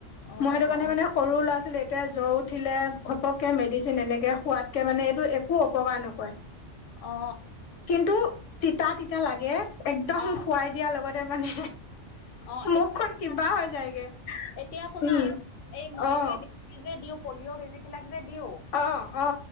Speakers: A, on the left (about 60°); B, on the left (about 80°).
A: অ
B: মই সেইটো কাৰণে
A: অ
B: মানে সৰু ল'ৰা ছোৱালী এতিয়া জ্বৰ উঠিলে ঘপককৈ মেডিচিন এনেকৈ খোৱাতকৈ মানে এইটো এ একো অপকাৰ নকৰে
A: অ
B: কিন্তু তিতা তিতা লাগে একদম
A: অ অ
B: আই দিয়া লগতে মানে
A: অ
B: মুখখন
A: এতিয়া শুনা
B: কিবা হৈ যায়গে
A: এতিয়া শুনা
B: উম
A: এই মই
B: অ
A: যে নিজে যে দিওঁ পলিঅ' বেজী বিলাক যে দিও
B: অ অ